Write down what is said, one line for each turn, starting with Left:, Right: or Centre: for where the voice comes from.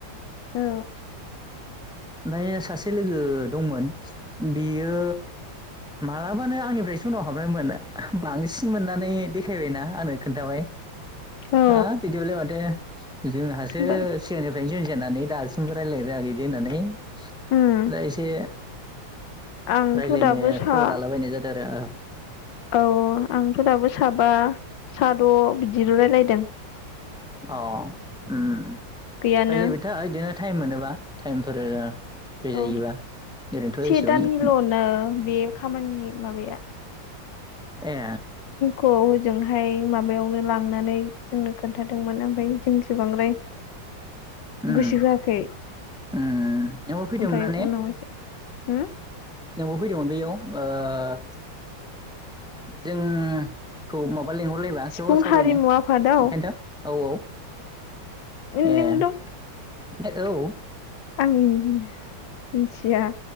Left: औ।
Centre: <unintelligible> सासे लोगो दंमोन बियो मालाबानो आंनिफ्राय सनाव हाबनायमोन बांसिन मोननानै देखायबायना आंनो खोन्थाबाय।
Left: औ
Centre: हाब बिदिबालाय माथो। लांदां जोंहासो
Left: बाट
Centre: सिगांनिफ्रायनो जानानै दासिमबो रायलायनो रोङाखै इदि होननानै। जा
Left: उम
Centre: एसे
Left: आंथ'
Centre: रायलायनो
Left: दाबो सा
Centre: खबर लाला बायनाय जादों। <unintelligible>
Left: औ आंथ दाबो साबा साद बिदिल रायलायदों।
Centre: अ उम उम।
Left: गैयानो
Centre: रायलायबाय था इदिनो टाइम मोनोबा टाइमफोर फ्रि
Left: औ
Centre: जायोबा ओरैनोथ
Left: से
Centre: एसेबां।
Left: दाननिल'नो बे खामानिनि माबाया
Centre: ए।
Left: <unintelligible> जोंहाय माबायावनो लांनानै जोंनो खोन्थादोंमोन ओमफाय जोंसो बांद्राय।
Centre: उम उम
Left: गोसो होआखै
Centre: उम नआव फैदोंमोन
Left: ओमफ्राय
Centre: ना ने?
Left: उनाव एसे हो?
Centre: नोंबो फैदोंमोन बेयाव ओ जों खौ मा लिंहरलायबा
Left: सिफुं
Centre: ज सावरायनो
Left: हारिमु आफादाव
Centre: बेखायनोथ औ औ
Left: नों
Centre: ए। औ।
Left: आमिन। मिनथिया।